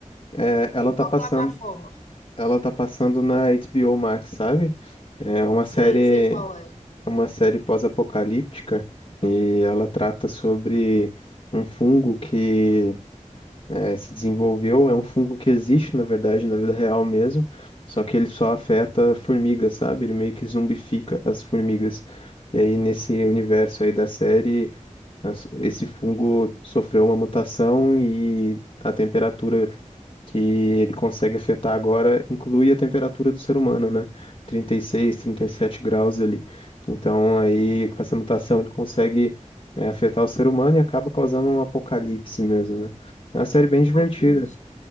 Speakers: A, on the left; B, on the left.
A: É, Ela
B: Em
A: tá
B: qual
A: passando,
B: plataforma?
A: ela tá passando na HBO Max, sabe? É uma
B: Sei,
A: série
B: sei qual é.
A: É uma série pós-apocalíptica e ela trata sobre um fungo que eh, se desenvolveu. É um fungo que existe, na verdade, na vida real mesmo, só que ele só afeta formigas, sabe? Ele meio que zumbifica as formigas. E aí, nesse universo aí da série, as- esse fungo sofreu uma mutação e a temperatura que ele consegue afetar agora inclui a temperatura do ser humano, né? 36, 37 graus ali. Então, aí, com essa mutação, ele consegue é, afetar o ser humano e acaba causando um apocalipse mesmo, né? É uma série bem divertida.
B: Atinge,